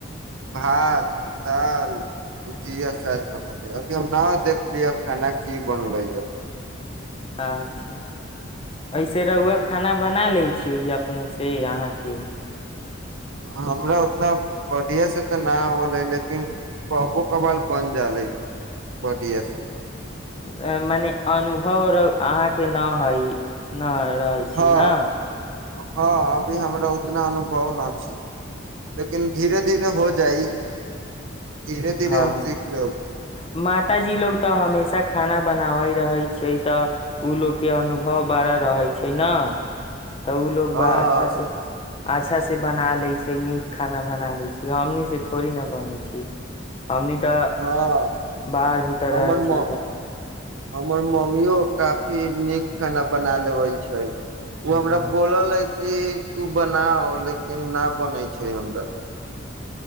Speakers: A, on the right; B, on the left.
A: भात दाल भुजिया शाय बनली अभी हम न देखली ह खाना की बनले हए
B: अच्छा ऐसे रौआ खाना बना लै छियै अपने से अहाँके
A: हमरा उतना बढ़िया से तऽ न होलै लेकिन कभो कबाल बन जालै बढ़ीयां से
B: एं मने अनुभव अहाँके के न हइ न रहै छी
A: हँ
B: न
A: हँ अभी हमरा उतना अनुभव न छै लेकिन धीरे धीरे हो जाइ धीरे धीरे
B: हँ
A: हम सिखऽ लेब
B: माताजी लोग तऽ हमेशा खाना बनाबैत रहै छियै तऽ ओ लोकोग के अनुभव बड़ा रहै छै ने तब ओ लोग
A: हँ
B: बा अच्छा से अच्छा से बना लै छै नीक खाना बना ले छै हमनी से थोड़ी ने बने छै हमनी तऽ
A: हँ
B: बाहर भीतर
A: हमर
B: रहै छी
A: म
B: तऽ
A: हमर मम्मियो काफी नीक खाना बना लेब छै ओ
B: हम्म,
A: हमरा बोललै कि तू बना लेकिन न बनै छै हमरा से